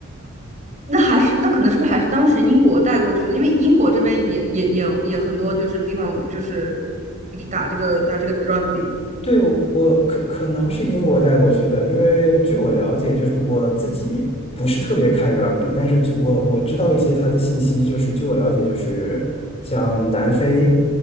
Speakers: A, on the right; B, on the left.
A: 那还是那可能是不是还是当时英国带过去的？因为英国这边也也也也很多，就是地方就是就是打这个打这个 rugby。
B: <laughs> 对，我可可能是英国带过去的，因为据我了解，就是我自己不是特别看 rugby，但是据我我知道一些他的信息，就是据我了解，就是像南非，